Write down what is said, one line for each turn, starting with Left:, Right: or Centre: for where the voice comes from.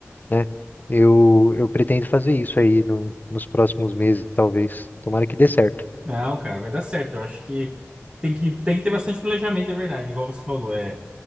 Left: né? Eu, eu pretendo fazer isso aí no- nos próximos meses, talvez. Tomara que dê certo.
Right: Não, cara, vai dar certo. Eu acho que tem que, tem que ter bastante planejamento, é verdade, igual você falou. É,